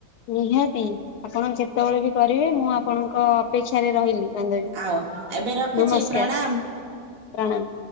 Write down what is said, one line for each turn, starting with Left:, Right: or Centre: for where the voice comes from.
Left: ନିହାତି ଆପଣ କେତୋବୋଳେ ବି କରିବେ ମୁଁ ଆପଣଙ୍କ ଅପେକ୍ଷାରେ ରହିଲି। ବାନ୍ଧବୀ
Right: ଆଉ ଏବେ ରଖୁଛି
Left: ନମସ୍କାର
Right: ପ୍ରଣାମ।
Left: ପ୍ରଣାମ।